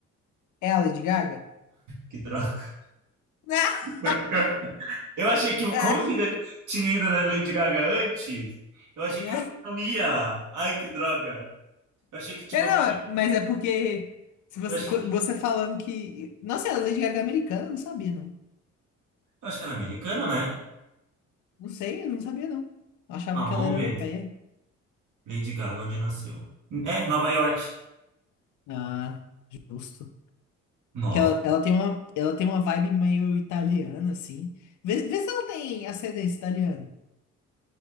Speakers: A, on the left; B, on the right.
A: É a Lady Gaga?
B: Que troca.
A: <laughs>
B: <laughs> Eu achei que,
A: Ah,
B: como você já tinha ido na Lady Gaga antes, eu achei
A: né?
B: que você não ia. Ai, que droga. Eu achei que, tipo,
A: É, não, é- mas é porque se você,
B: eu achei
A: co- você falando que. Nossa, a Lady Gaga é americana, eu não sabia, não
B: Eu acho que era americana, né?
A: Não sei, eu não sabia não. Eu achava
B: Ah, vamos
A: que ela era
B: ver.
A: europeia.
B: Lady Gaga, onde nasceu? É, Nova York.
A: Ah, justo.
B: Nossa.
A: Que ela, ela tem uma, ela tem uma vibe meio italiana, assim. Vê, vê se ela tem ascendência italiana.